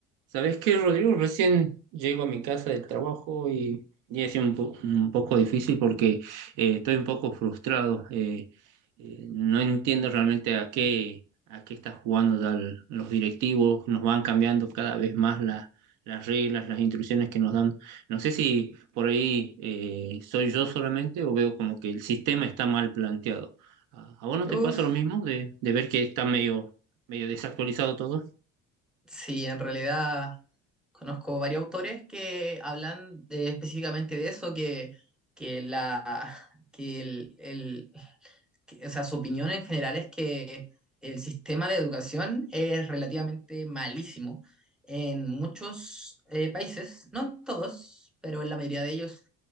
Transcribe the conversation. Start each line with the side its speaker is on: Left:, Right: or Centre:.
Right: ¿Sabes qué, Rodrigo? Recién llego a mi casa del trabajo y, y ha sido un, po- un poco difícil porque eh, estoy un poco frustrado. eh, eh, no entiendo realmente a qué, a qué están jugando ya l- los directivos. Nos van cambiando cada vez más la- las reglas, las instrucciones que nos dan. No sé si por ahí eh, soy yo solamente o veo como que el sistema está mal planteado. ¿A a vos no te
Centre: Uf,
Right: pasa lo mismo de, de ver que está medio, medio desactualizado todo?
Centre: sí, en realidad conozco varios autores que hablan eh, específicamente de eso, que, que la que el, el- que- o sea, su opinión en general es que el sistema de educación es relativamente malísimo en muchos eh, países, no en todos, pero en la mayoría de ellos